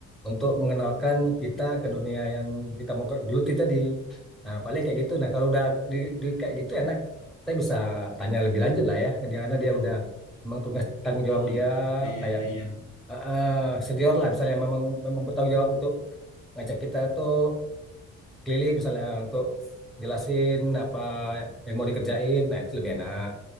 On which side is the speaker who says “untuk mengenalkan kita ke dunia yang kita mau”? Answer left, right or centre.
Centre